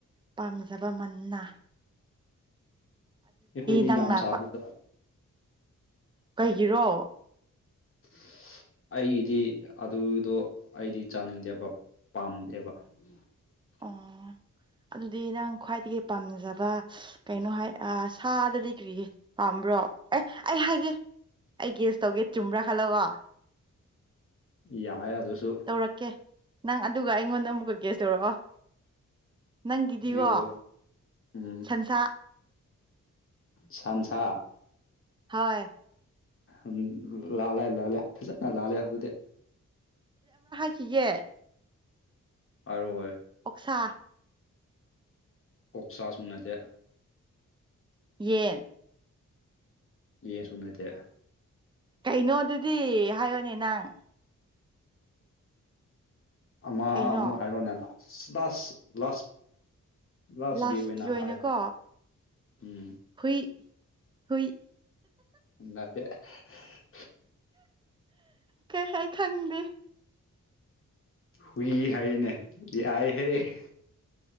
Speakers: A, on the right (about 15°); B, on the left (about 45°).
A: ꯄꯥꯝꯖꯕ ꯃꯟꯅ
B: ꯑꯩꯈꯣꯏꯗꯤ
A: ꯅꯪꯅ
B: ꯌꯥꯝ ꯁꯥꯗꯅ
A: ꯈ꯭ꯋꯥꯏ ꯀꯩꯒꯤꯔꯣ
B: <inaudible> ꯑꯩꯒꯤꯗꯤ ꯑꯗꯨꯗꯣ ꯑꯩꯗꯤ ꯆꯥꯅꯤꯡꯗꯦꯕ ꯄꯥꯝꯗꯦꯕ <inaudible>
A: ꯑꯣ ꯑꯗꯨꯗꯤ ꯅꯪ ꯈ꯭ꯋꯥꯏꯗꯒꯤ ꯄꯥꯝꯅꯖꯕ ꯀꯩꯅꯣ ꯍꯥꯏ ꯁꯥꯗꯗꯤ ꯀ꯭ꯔꯤꯒ ꯄꯥ ꯕ꯭ꯔꯣ ꯑꯦ ꯑꯩ ꯍꯥꯏꯒꯦ ꯑꯩ ꯒꯦꯁ ꯇꯧꯒꯦ ꯆꯨꯝꯕ꯭ꯔꯥ ꯈꯜꯂꯣꯀꯣ
B: ꯌꯥꯏꯌꯦ ꯑꯗꯨꯁꯨ
A: ꯇꯧꯔꯛꯀꯦ ꯅꯪ ꯑꯗꯨꯒ ꯑꯩꯉꯣꯟꯗ ꯑꯃꯨꯛꯀ ꯒꯦꯁ ꯇꯧꯔꯛꯑꯣ ꯅꯪꯒꯤꯗꯤꯀꯣ
B: ꯖꯤꯌꯣ ꯎꯝ
A: ꯁꯟꯁꯥ
B: ꯁꯥꯟꯁꯥ
A: ꯍꯣꯏ
B: ꯎꯝ ꯂꯥꯜꯂꯦ ꯂꯥꯥꯜꯂꯦ ꯐꯖꯅ ꯂꯥꯜꯂꯦ ꯑꯗꯨꯗꯤ
A: ꯁꯤꯖꯦ
B: ꯑꯔꯣ ꯍꯣꯏ
A: ꯁꯥ
B: ꯀꯣꯛꯁꯥꯁꯨ ꯅꯠꯇꯦ
A: ꯌꯦꯟ
B: ꯌꯦꯟꯁꯨ ꯅꯠꯇꯦ
A: ꯀꯩꯅꯣ ꯑꯗꯨꯗꯤ ꯍꯥꯏꯌꯣꯅꯦ ꯅꯪ
B: ꯑꯃ
A: ꯀꯩꯅꯣ
B: ꯑꯃꯨꯛ ꯍꯥꯏꯔꯣꯅꯦ ꯂꯥꯁ ꯂꯥꯁ ꯂꯥꯁ ꯂꯥꯁꯒꯤ
A: ꯂꯥꯁꯀꯤ
B: ꯑꯣꯏꯅ
A: ꯑꯣꯏꯅꯀꯣ
B: ꯍꯥꯏ ꯎꯝ
A: ꯍꯨꯏ ꯍꯨꯏ
B: ꯅꯠꯇꯦ <unintelligible>
A: ꯀꯩ ꯍꯥꯏ ꯈꯪꯗꯦ
B: ꯍꯨꯏ ꯍꯥꯏꯌꯦꯅꯦ ꯌꯥꯏꯍꯦ